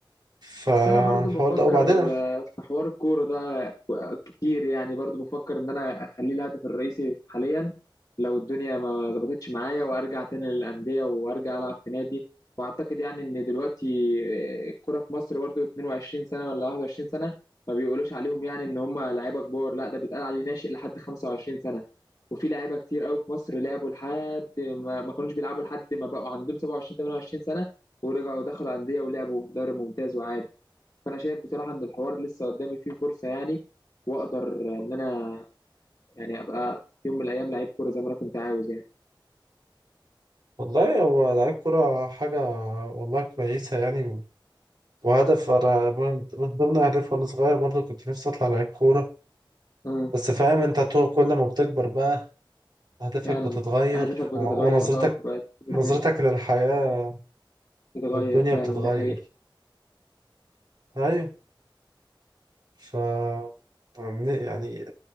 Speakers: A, on the right (about 55°); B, on the left (about 40°).
A: فالحوار
B: بس انا برضو بفكر
A: ده وبعدين
B: آه، في حوار الكوره ده كتير يعني برضو بفكر ان انا اخليه الهدف الرئيسي حاليا لو الدنيا ما ظبطتش معايا وارجع تاني للانديه وارجع العب في نادي واعتقد يعني ان دلوقتي آه، الكوره في مصر برضو 22 سنه ولا 21 سنه ما بيقولوش عليهم يعني ان هم لعيبه كبار لا ده بيتقال عليه ناشئ لحد 25 سنه وفي لعيبه كتير قوي في مصر لعبوا لحد ما, ما كانوش بيلعبوا لحد ما بقوا عندهم 27 28 سنه ورجعوا دخلوا انديه ولعبوا في دوري ممتاز وعادي فانا شايف بصراحه ان الحوار لسه قدامي فيه فرصه يعني واقدر ان انا يعني ابقى في يوم من الايام لعيب كوره زي ما انا كنت عاوز يعني
A: والله هو لعيب كرة حاجة والله كويسة يعني وهدف أنا من من ضمن أهدافي وأنا صغير برضه كنت نفسي أطلع لعيب كورة
B: اه
A: بس فاهم أنت تو- كل ما بتكبر بقى أهدافك
B: فعلا
A: بتتغير
B: اهدافك
A: و-
B: بتتغير
A: ونظرتك
B: بقى وبتبقى تشوف
A: نظرتك
B: الدنيا
A: للحياة
B: بتتغير
A: والدنيا
B: فعلا
A: بتتغير
B: ده حقيقي
A: أيوة ف يعني يعني